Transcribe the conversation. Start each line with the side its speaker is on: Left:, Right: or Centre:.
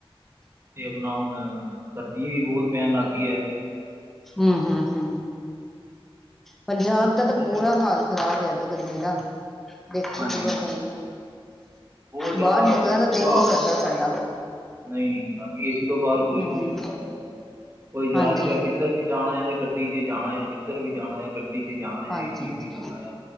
Right: ਤੇ ਆਪਣਾ ਹੁਣ, ਸਰਦੀ ਵੀ ਬਹੁਤ ਪੈਣ ਲੱਗ ਗਈ ਆ।
Centre: ਹੂ ਹੂ ਹੂ ਪੰਜਾਬ ਦਾ ਤਾਂ
Right: ਤੇ
Centre: ਬੁਰਾ
Right: ਸਿਰ
Centre: ਹਾਲ ਖ਼ਰਾਬ ਹੋਇਆ ਦਾ ਗਰਮੀ ਦਾ, ਦੇਖੋ
Right: ਹਾਂਜੀ
Centre: ਪੂਰਾ
Right: ਹਾਂਜੀ
Centre: ਗਰਮੀ
Right: ਬਹੁਤ ਜਿਆਦਾ
Centre: ਬਾਹਰ ਨਿਕਲਣ
Right: ਬੁਰਾ
Centre: ਦਿਲ ਨੀ
Right: ਹਾਲ ਹੈ।
Centre: ਕਰਦਾ ਦਾ ਸਾਡਾ
Right: ਨਹੀਂ ਨਿਕਲਦਾ ਏ ਸੀ ਤੋਂ ਬਾਹਰ ਕੋਈ
Centre: ਹਮ
Right: ਨੀ ਨਿਕਲਦਾ ਰਿਹਾ, ਕੋਈ ਜਾ
Centre: ਹਾਂਜੀ
Right: ਨ ਰਿਹਾ, ਕਿੱਧਰ ਵੀ ਜਾਣਾ ਤੇ ਗੱਡੀ ਚ ਜਾਣਾ ਆ, ਜਿੱਧਰ ਵੀ ਜਾਣਾ ਆ, ਗੱਡੀ ਚ ਜਾਣਾ ਆ,
Centre: ਹਾਂਜੀ
Right: ਏ ਸੀ ਚ ਹੀ ਜਾਣਾ ਆ